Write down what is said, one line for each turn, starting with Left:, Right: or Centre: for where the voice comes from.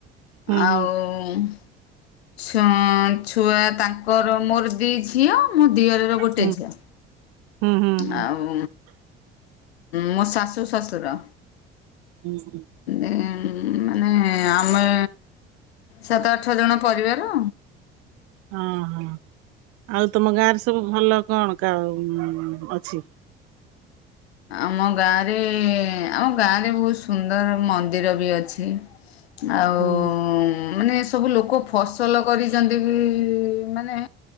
Right: ହୁଁ
Left: ଆଉ
Right: ହୁଁ
Left: ଛ ଛୁଆ ତାଙ୍କର ମୋର ଦି ଝିଅ ମୋ ଦିଅର ର ଗୋଟେ
Right: ହୁଁ
Left: ଝିଅ।
Right: ହୁଁ ହୁଁ। ହୁଁ।
Left: ଆଉ ମୋ ଶାଶୁ ଶଶୁର।
Right: ହୁଁ ହୁଁ।
Left: ଏଁ ମାନେ ଆମେ ସାତ ଆଠ ଜଣ ପରିବାର।
Right: ହଁ ହଁ। ଆଉ ତମ ଗାଁରେ ସବୁ ଭଲ କଣ କ ଅଛି?
Left: ଆମ ଗାଁରେ ଆମ ଗାଁରେ ବହୁତ ସୁନ୍ଦର ମନ୍ଦିର ବି ଅଛି। ଆଉ
Right: ହୁଁ
Left: ମାନେ ସବୁ ଲୋକ ଫସଲ କରିଛନ୍ତି କି ମାନେ